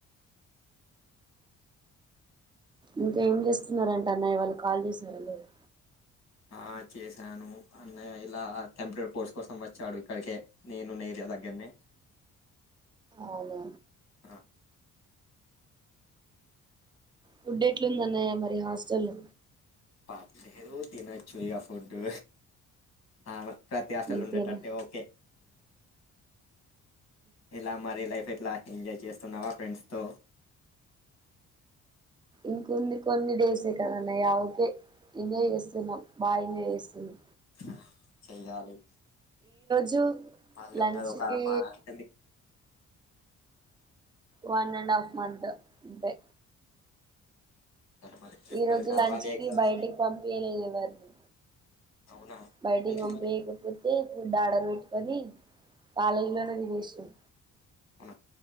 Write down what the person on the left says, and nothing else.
ఆ చేసాను అన్నయ్య ఇలా టెంపోరరీ కోర్స్ కోసం వచ్చాడు ఇక్కడికే నేను ఉన్న ఏరియా దగ్గరనే
ఆ
పర్లేదు తినచ్చు ఇగ ఫుడ్డు ఆమ ప్రతి హాస్టల్లో
ఉండేటట్టే ఓకే ఎలా మరి లైఫ్ ఎ ఎట్లా ఎంజాయ్ చేస్తున్నావా ఫ్రెండ్స్ తో
ఆ చెయ్యాలి
మళ్ళీ
ఉన్నది ఒక
మా ఏంటంటే
మళ్ళీ ప్రిపేర్
కావాలి
ఎగ్జామ్స్
అవునా
మీకు
మరి
అవున